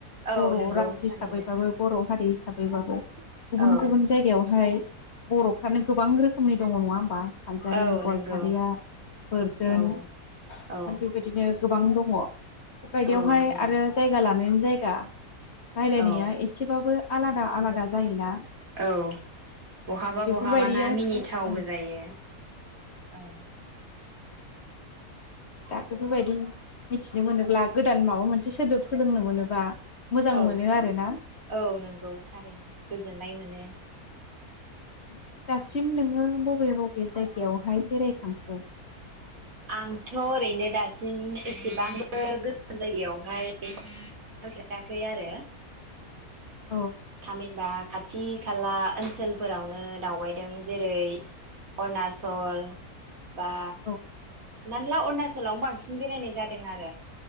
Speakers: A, on the right (about 65°); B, on the left (about 45°).
A: औ
B: बर'
A: नंगौ
B: राव
A: थारैनो
B: हिसाबैबाबो बर' हारि दैै हिसाबैबाबो गुबुन
A: औ
B: गुबुन जायगायावहाय बर'फ्रानो गोबां रोखोमनि दङ नङा होमबा सानजारि,
A: औ
B: गालपारिया
A: नंगौ
B: बोरदोन
A: औ औ
B: आरो बे नो गोबां दङ बेबायायदियावहाय
A: औ नंगौ
B: आरो जायगा लानायनि जाय गा राय्लायनाया
A: औ
B: एसेबाबो आलादा आलादा जायोना
A: औ बहाबा
B: बेफोरबायदियावहाय
A: बहाबाना मिनिथावबो
B: ओं
A: जायो औ
B: दा बेफोरबायदि मिथिनो मोनोब्ला गोदान माबा मोनसे सोदोब सोलोंनो मोनोबा मोजां
A: औ
B: मोनो आरोना
A: औ नंगौ थारैनो गोजोननाय मोनो
B: औ दासिम नोङो बबे बबे जायगायावहाय बेरायखांखो
A: आंथ ओरैनो दासिम एसेबांबो गोजान जायगायावहाय बेरायफेराखै आरो
B: औ
A: थामिनबा खाथि खाला ओनसोलफोरावनो दावबायदों जेरै अरुनााचल बा।
B: औ
A: <unintelligible> अरुणाचलावनो बांसिन बेरायनाय जादों आरो